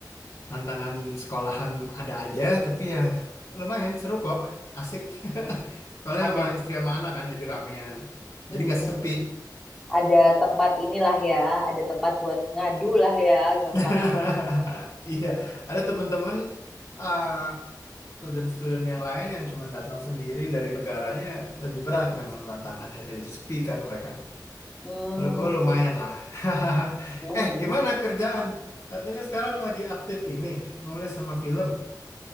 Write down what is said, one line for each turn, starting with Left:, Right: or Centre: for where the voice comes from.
Left: tantangan sekolahan ada aja tapi ya lumayan seru kok asik <laughs> soalnya
Centre: Ada,
Left: sama istri sama anak kan jadi ramean
Centre: mm-mm,
Left: jadi nggak sepi
Centre: ada tempat inilah ya, ada tempat buat ngadu lah ya, gampangnya.
Left: <laughs>
Centre: ya.
Left: iya ada temen-temen eh, student-student yang lain yang cuma datang sendiri dari negaranya lebih berat memang tantangannya sih lebih sepi kan mereka
Centre: Hmm,
Left: kalau gue lumayan lah <laughs>
Centre: mm-mm.
Left: eh gimana kerjaan katanya sekarang lagi aktif ini nulis sama film